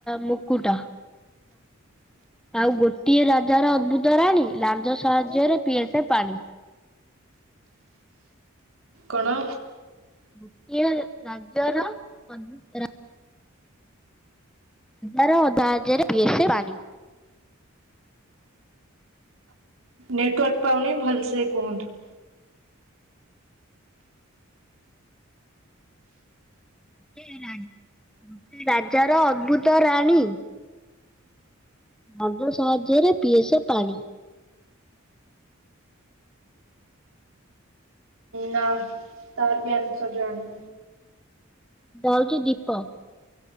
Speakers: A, in the centre; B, on the right.
A: ମୁକୁଟ। ଆଉ ଗୋଟିଏ ରାଜାର ଅଦ୍ଭୁତ ରାଣୀ ଲାଞ୍ଜ ସାହାଯ୍ୟରେ ପିଏ ସେ ପାଣି?
B: କଣ?
A: ଗୋଟିଏ ରାଜାର ଅଦ୍ଭୁତ ରାଣୀ ଲାଞ୍ଜର ସାହାଯ୍ୟରେ ପିଏ ସେ ପାଣି।
B: ନେଟୱାର୍କ ପାଉନି ଭଲସେ କୁହନ୍ତୁ।
A: ଗୋଟିଏ ରାଜାର ଅଦ୍ଭୁତ ରାଣୀ ଲାଞ୍ଜ ସାହାଯ୍ୟରେ ପିଏସେ ପାଣି?
B: ନା ତାର ବି ଆଂସର ଜାଣିନି।
A: ସେଟା ହୋଉଛି ଦୀପ